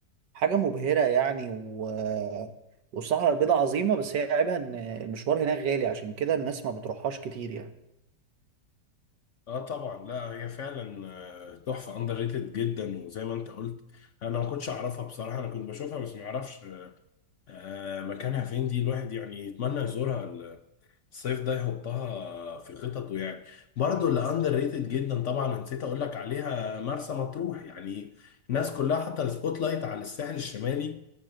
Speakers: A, on the right; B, on the left.
A: حاجه مبهره يعني و والصحراء البيضاء عظيمة بس هي عيبها إن المشوار هناك غالي عشان كده الناس ما بتروحهاش كتير يعني
B: اه طبعا لا هي فعلا آه، تحفه اندر ريتد جدا وزي ما انت قلت انا ما كنتش اعرفها بصراحه انا كنت بشوفها بس ما اعرفش آه، مكانها فين دي الواحد يعني يتمنى يزورها الصيف ده يحطها في خططه يعني برضو اللي اندر ريتد جدا طبعا نسيت اقول لك عليها مرسى مطروح يعني الناس كلها حاطه السبوت لايت على الساحل الشمالي